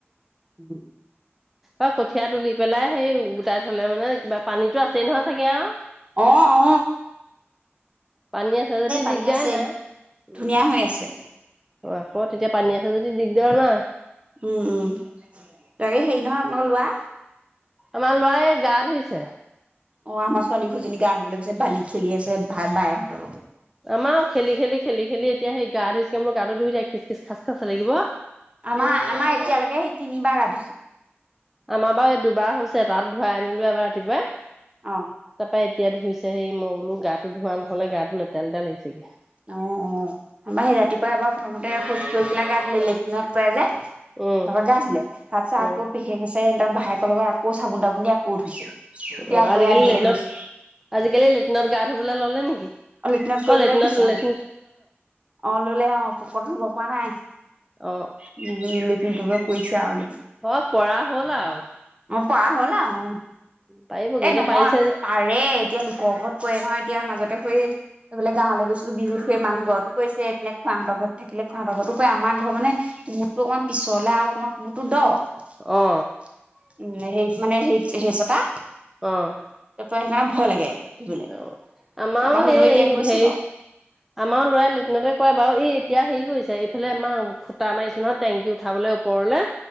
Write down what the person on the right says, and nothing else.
তুলিলে
অ অ
পানী
আছে
ধুনীয়া হৈ আছে
উম উম তাকে হেৰি নহয় আপোনাক লোৱা।
অ' আমাৰ ছোৱালী দুজনী গা ধুবলৈ গৈছে বালি খেলি আছে ভাল পাই বায়েহঁতৰ লগত
আমাৰ আমাৰ এতিয়ালৈকে সেই তিনিবাৰ গা ধুইছে।
অ
অ -অ আমাৰ সেই ৰাতিপুৱা এবাৰ প্ৰথমতে খোজ কৰি পেলাই লেট্ৰিনত কৰে যে তাৰপৰা
গা ধুলে, তাৰ পিছত আকৌ
পেহীয়ে কৈছে, সিহঁতৰ ভায়েকৰ লগত আকৌ চাবোন-তাবোন দি কৌ ধুইছে, এতিয়া
আকৌ
এয়া ধুবলৈ
গৈছে।
লেট্ৰিনত কৰিবলৈ
লৈছে অ অ', ল'লে অ', পুকৰটো ধুব পৰা নাই।
<unintelligible> কৰিছে আৰু লেটিন।
অ পৰা হ'ল আৰু, উম।
এ
নহয়,
পাৰে এতিয়া লোকৰ ঘৰত কৰে নহয়, এতিয়া মাজতে এই এইফালে গাৱলৈ গৈছিলো বিহুত, সেই মানুহ ঘৰতো কৰিছে, এইপিনে খুৰাহঁতৰ ঘৰত থাকিলে খুৰাহঁতৰ ঘৰতো কৰে, আমাৰ ঘৰত মানে কোমোডটো অকণমান পিছলে আৰু অকণমান কোমোদটো দ উম,
হেৰিত মানে হেৰিত, সেইচটা
সেইটোকাৰণে ভয় লাগে। ধুবলৈ
তাৰপৰা হ'লেও
এতিয়া গৈছে